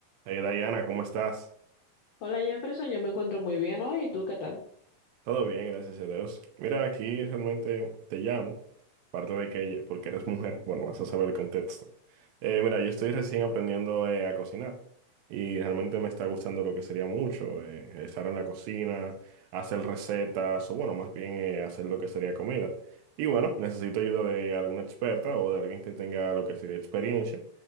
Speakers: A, on the right; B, on the left.
A: Hey Diana, ¿cómo estás?
B: Hola Jefferson, yo me encuentro muy bien hoy, ¿y tú qué tal?
A: Todo bien, gracias a Dios. Mira, aquí realmente te llamo. Aparte de que, porque eres mujer, bueno, vas a saber el contexto. Eh, mira, yo estoy recién aprendiendo eh, a cocinar y realmente me está gustando lo que sería mucho, eh, estar en la cocina, hacer recetas o bueno, más bien eh, hacer lo que sería comida. Y bueno, necesito ayuda de alguna experta o de alguien que tenga lo que sería experiencia